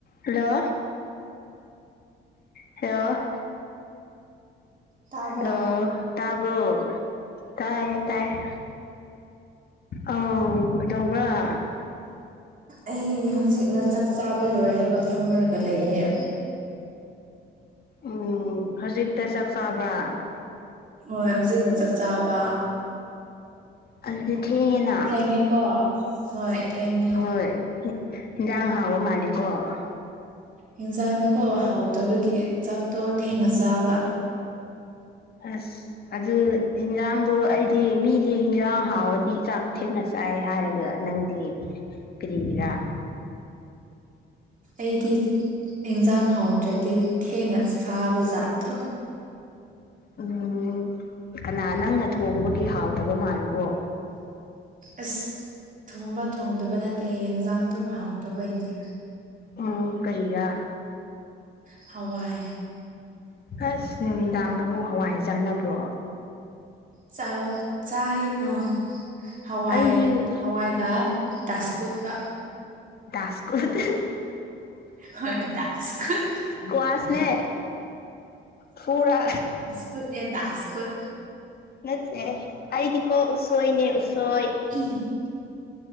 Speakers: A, on the left; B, on the right.
A: Hello hello
B: ꯇꯥꯕ꯭ꯔꯥ
A: ꯂꯣ ꯇꯥꯕꯔꯣ ꯇꯥꯏ ꯇꯥꯏꯌꯦ ꯑꯧ ꯀꯩꯗꯧꯕꯔ
B: ꯑꯩ ꯍꯧꯖꯤꯛꯅ ꯆꯥꯛ ꯆꯥꯕ ꯂꯣꯏꯔꯒ ꯐꯝꯃꯨꯔꯒ ꯂꯩꯌꯦ
A: ꯎꯝ ꯍꯧꯖꯤꯛꯇ ꯆꯥꯛ ꯆꯥꯕ꯭ꯔꯥ
B: ꯍꯣꯏ ꯍꯧꯖꯤꯛꯅ ꯆꯥꯛ ꯆꯥꯕ
A: ꯑꯗꯨꯗꯤ ꯊꯦꯡꯉꯤꯅ
B: ꯊꯦꯡꯉꯦꯀꯣ ꯍꯣꯏ ꯊꯦꯡꯉꯦ
A: ꯍꯣꯏ ꯍꯤꯟꯖꯥꯡ ꯍꯥꯎꯕ ꯃꯥꯂꯤꯀꯣ
B: ꯍꯦꯟꯖꯥꯡꯗꯣꯀꯣ ꯍꯥꯎꯇꯕꯒꯤ ꯆꯥꯛꯇꯣ ꯊꯦꯡꯅ ꯆꯥꯕ
A: ꯑꯁ ꯑꯗꯨ ꯍꯤꯟꯖꯥꯡꯗꯣ ꯑꯩꯗꯤ ꯃꯤꯗꯤ ꯍꯤꯟꯖꯥꯡ ꯍꯥꯎꯔꯗꯤ ꯆꯥꯛ ꯊꯦꯡꯅ ꯆꯥꯏ ꯍꯥꯏꯔꯒ ꯅꯪꯗꯤ ꯀꯔꯤꯒꯤꯔꯥ
B: ꯑꯩꯗꯤ ꯏꯟꯖꯥꯡ ꯍꯧꯗ꯭ꯔꯗꯤ ꯊꯦꯡꯅ ꯆꯥꯕ ꯖꯥꯠꯇꯣ
A: ꯎꯝ ꯀꯅꯥ ꯅꯪꯅ ꯊꯣꯡꯕꯒꯤ ꯍꯥꯎꯗꯕ ꯃꯥꯜꯂꯤꯀꯣ
B: ꯑꯁ ꯊꯣꯡꯕ ꯊꯣꯡꯗꯕ ꯅꯠꯇꯦ ꯍꯦꯟꯖꯥꯡ ꯑꯗꯨꯝ ꯍꯥꯎꯇꯕꯩꯅꯦ
A: ꯎꯝ ꯀꯔꯤꯔꯥ
B: ꯍꯋꯥꯏ
A: ꯑꯁ ꯅꯨꯃꯤꯗꯥꯡꯗꯕꯨ ꯍꯋꯥꯏ ꯆꯥꯅꯕ꯭ꯔꯣ
B: ꯆꯥꯕ ꯆꯥꯏꯅ ꯍꯋꯥꯏ
A: ꯑꯩꯗꯤ
B: ꯍꯋꯥꯏꯒ ꯗꯥꯁꯀꯨꯠꯒ
A: ꯗꯥꯁꯀꯨꯠ <unintelligible>
B: ꯍꯣꯏ ꯗꯥꯁꯀꯨꯠ
A: ꯀꯋꯥꯥꯁꯅꯦ ꯄꯨꯔ
B: ꯀꯨꯠꯅꯦ ꯗꯥꯁꯀꯨꯠ
A: ꯅꯠꯇꯦ ꯑꯩꯒꯤꯀꯣ ꯎꯁꯣꯏꯅꯦ ꯎꯁꯣꯏ
B: <unintelligible>